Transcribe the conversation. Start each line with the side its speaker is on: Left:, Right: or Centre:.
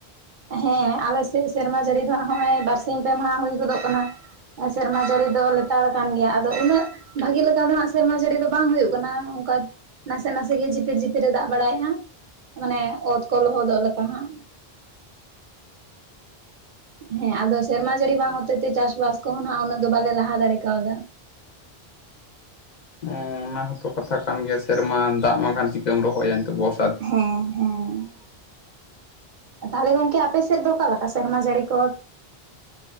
Right: ᱦᱮᱸ ᱟᱞᱮ ᱥᱮᱫ ᱥᱮᱨᱢᱟ ᱡᱟᱹᱲᱤ ᱫᱚ ᱦᱟᱸᱜ ᱦᱚᱸᱜ-ᱚᱭ ᱵᱟᱨᱥᱤᱧ ᱯᱮ ᱢᱟᱦᱟ ᱦᱩᱭ ᱜᱚᱫᱚᱜ ᱠᱟᱱᱟ᱾ ᱮᱸ ᱥᱮᱨᱢᱟ ᱡᱟᱹᱲᱤ ᱫᱚ ᱞᱮᱛᱟᱲ ᱠᱟᱱ ᱜᱮᱭᱟ ᱟᱫᱚ ᱩᱱᱟᱹᱜ ᱵᱷᱟᱜᱮ ᱞᱮᱠᱟ ᱫᱚ ᱦᱟᱸᱜ ᱥᱮᱨᱢᱟ ᱡᱟᱹᱲᱤ ᱫᱚ ᱵᱟᱝ ᱦᱩᱭᱩᱜ ᱠᱟᱱᱟ ᱚᱝᱠᱟ ᱱᱟᱥᱮ ᱱᱟᱥᱮ ᱜᱮ ᱡᱷᱤᱯᱤᱨ ᱡᱷᱤᱯᱤ ᱨᱮ ᱫᱟᱜ ᱵᱟᱲᱟᱭᱮᱜᱼᱟ, ᱢᱟᱱᱮ ᱚᱛ ᱠᱚ ᱞᱚᱦᱚᱫᱚᱜ ᱞᱮᱠᱟ ᱦᱟᱸᱜ᱾ ᱦᱮᱸ ᱟᱫᱚ ᱥᱮᱨᱢᱟ ᱡᱟᱹᱲᱤ ᱵᱟᱝ ᱦᱚᱛᱮ ᱛᱮ ᱪᱟᱥᱵᱟᱥ ᱠᱚᱦᱚᱸ ᱱᱟᱦᱟᱜ ᱩᱱᱟᱹᱜ ᱫᱚ ᱵᱟᱞᱮ ᱞᱟᱦᱟ ᱫᱟᱲᱮ ᱠᱟᱣᱫᱟ᱾
Left: ᱚᱸ ᱚᱱᱟ ᱦᱚᱸ ᱛᱚ ᱠᱟᱛᱷᱟ ᱠᱟᱱ ᱜᱮᱭᱟ ᱥᱮᱨᱢᱟ ᱫᱟᱜ ᱵᱟᱝᱠᱷᱟᱱ ᱪᱤᱠᱟᱹᱢ ᱨᱚᱦᱚᱭᱟ ᱱᱤᱛᱚᱜ ᱵᱚᱨ
Right: ᱦᱮᱸ᱾ ᱦᱮᱸ, ᱟᱨ ᱛᱟᱦᱚᱞᱮ ᱜᱚᱝᱠᱮ ᱟᱯᱮ ᱥᱮᱫ ᱫᱚ ᱚᱠᱟ ᱞᱮᱠᱟ ᱥᱮᱨᱢᱟ ᱡᱟᱹᱲᱤ ᱠᱚ?